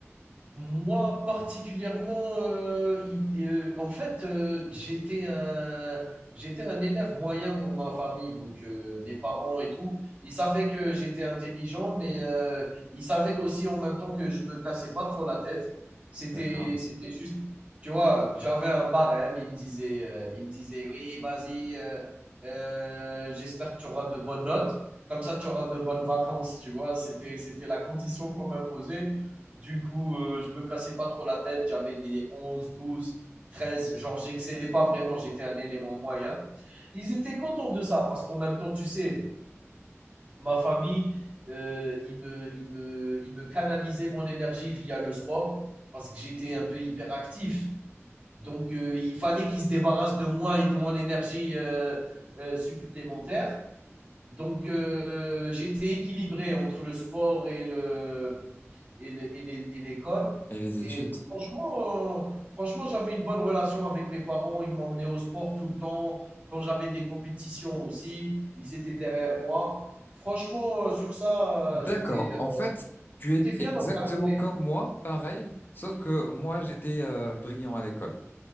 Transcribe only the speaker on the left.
D'accord.
Et les études?
D'accord.
En fait, tu
es
exactement
comme moi, pareil, sauf que moi j'étais euh, brillant à l'école.